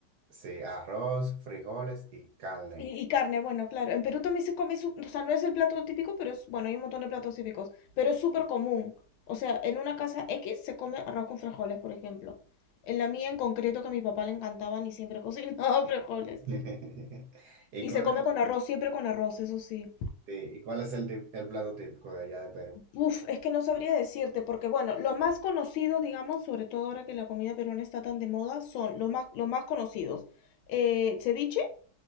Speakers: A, on the right; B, on the left.
A: Sí, arroz, frijoles y carne.
B: Y, y carne, bueno, claro. En Perú también se come, su- o sea, no es el plato típico, pero es, bueno, hay un montón de platos típicos, pero es súper común. O sea, en una casa X se come arroz con frijoles, por ejemplo. En la mía en concreto, que a mi papá le encantaban y siempre cocinaba <laughs> frijoles.
A: <laughs> ¿Y
B: Y
A: cuál
B: se come
A: es,
B: con arroz, siempre con arroz, eso sí.
A: sí, y cuál es el, tip- el plato típico de allá de Perú?
B: Uf, es que no sabría decirte, porque bueno, los más conocidos, digamos, sobre todo ahora que la comida peruana está tan de moda, son los más, los más conocidos. Eh, ceviche,